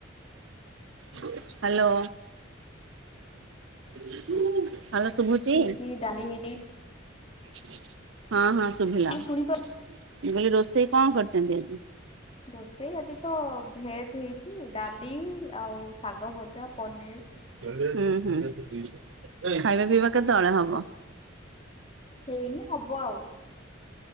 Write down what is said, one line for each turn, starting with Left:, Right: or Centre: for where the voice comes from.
Right: ହ୍ୟାଲୋ ହ୍ୟାଲୋ ସୁଭୁଚି।
Left: ହେଇଛି ଡାଲି ହେଇଛି
Right: ଚି ହଁ ହଁ ଶୁଭିଲା। ମୁ
Left: ଶୁଣିପାରୁ
Right: କହିଲି ରୋଷେଇ କଣ କରିଚନ୍ତି ଆଜି।
Left: ରୋଷେଇ ଆଜି ତ ଭେଜ୍‌ ହେଇଛି ଡାଲି ଆଉ ଶାଗ ଭଜା ପନିର୍।
Right: ହୁଁ ହୁଁ ଖାଇବା ପିଇବା
Left: ଆଉ
Right: କେତେ ବେଳେ ହବ।
Left: ଚଟ- ହେଇନି ହବ ଆଉ।